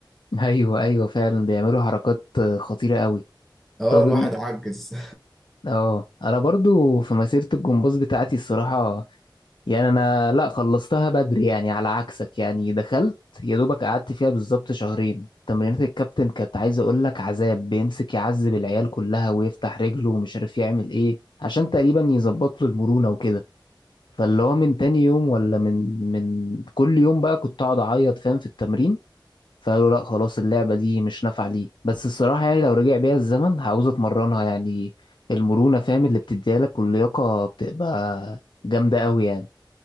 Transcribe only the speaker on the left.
<laughs> ايوه ايوه فعلا بيعملوا حركات خطيرة قوي
طب
ان-
اه انا برضو في مسيرة الجمباز بتاعتي الصراحة يعني انا لا خلصتها بدري يعني على عكسك يعني دخلت يا دوبك قعدت فيها بالظبط شهرين تمرينات الكابتن كانت عايز اقول لك عذاب بيمسك يعذب العيال كلها ويفتح رجله ومش عارف يعمل ايه عشان تقريبا يظبط له المرونة وكده فاللي هو من تاني يوم ولا من من كل يوم بقى كنت اقعد اعيط فاهم في التمرين فقالوا لا خلاص اللعبة دي مش نافعة ليه بس الصراحة يعني لو رجع بيا الزمن هعوز اتمرنها يعني المرونة فاهم اللي بتديها لك واللياقة بتبقى جامدة قوي يعني